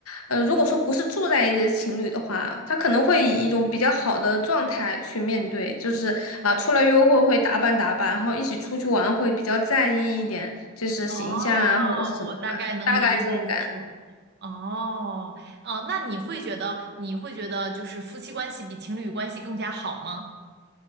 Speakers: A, on the left; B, on the right.
A: 呃，如果说不是住在一起的情侣的话，他可能会以一种比较好的状态去面对，就是啊、出来约会会打扮打扮，然后一起出去玩会比较在意一点，就是形象啊或者是什么的嘛，
B: 哦，我大概能理解你说。
A: 大概这种感，
B: 哦，哦，那你会觉得，你会觉得就是夫妻关系比情侣关系更加好吗？